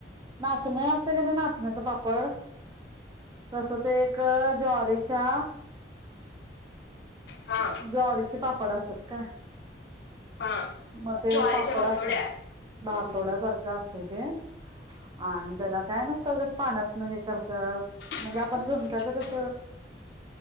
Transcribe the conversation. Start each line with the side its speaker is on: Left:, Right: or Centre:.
Right: नाचणे असत्या क नाही, नाचण्याचं पापड तस ते एक ज्वारीच्या,
Left: हा
Right: ज्वारीचे पापड असतात काय.
Left: हा
Right: मग ते
Left: ज्वारीच्या
Right: पापड
Left: भातोड्या
Right: असो भातोड्या सारखं असतय ते, आणि त्याला काय नुसतं उगच पाण्यातन हे करत म्हणजे
Left: आलं
Right: आपण झुणक्याचं कस
Left: हं.